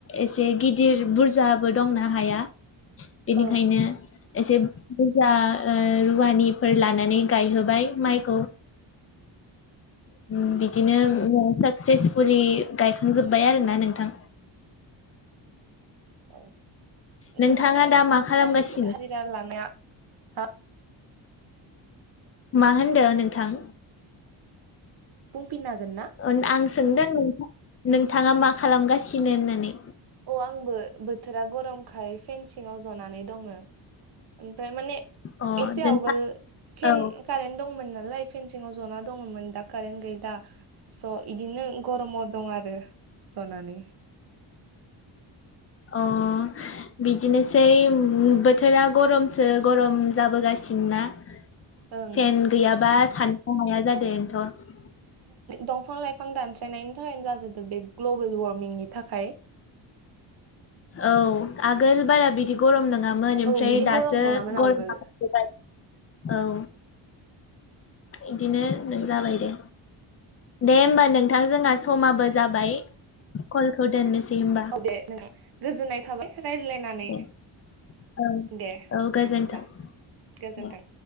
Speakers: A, on the left; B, on the right.
A: ए एसे गिदिर बुरजाबो दंना हाया बेनिखायनो
B: औ
A: एसे बुरजा ओ रुवानिफोर लानानै गायहोबाय माइखौ उम बि दिनो साक्सेसफुलि गायखांजोब्बाय आरो ना नोंथां
B: औ
A: नोंथाङा
B: नोंथांमोना
A: दा
B: हाजिरानि
A: मा खालामगासिनो
B: हाजिरा लानाया हा
A: मा होनदों नोंथां
B: बुंफिननो हागोन ना
A: आं सोंदों नोंथाङा मा खालामगासिनो होननानै
B: अ आंबो बोथोरा गरमखाय फेनसिंव जनानै दङ फ्राय माने
A: अ
B: एसे
A: नोंथां
B: आवगोल फेन
A: औ
B: कारेट दंमोन नालाय फेन सिङाव जना दङमोन दा कारेन्ट गैला स' इदिनो गरमाव दं आरो जनानै
A: अ बिदिनोसै बोथोरा गरमसो गरम जाबोगासि थिनना फेन
B: ओं
A: गैयाबा थानोखौ हाया जादोंनोथ'
B: दंफां लाइफां दानस्रायनायनि थाखायनो जाजोबदो बे ग्लबेल वार्मिंनि थाखाय
A: औ आगोल बारा बि दि गरम नङामोन ओमफ्राय
B: औ बिदि
A: दासो
B: गरम नङामोन आवगोल
A: गरमाहाफैबाय औ इदिनो नों जाबाय दे दे होमबा नोंथां जोंहा समाबो जाबाय कलखौ दोननोसै होमबा
B: औ दे नोंथां गोजोननाय थाबाय रायज्लायनानै
A: दे औ
B: दे
A: औ गोजोन्थों
B: बिदिब्ला गोजोन्थों
A: दे